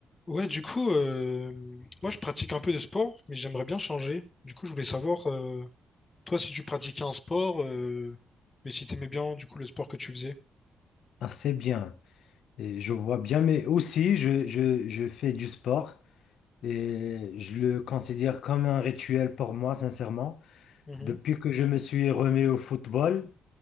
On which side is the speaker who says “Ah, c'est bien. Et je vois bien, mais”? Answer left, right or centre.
Left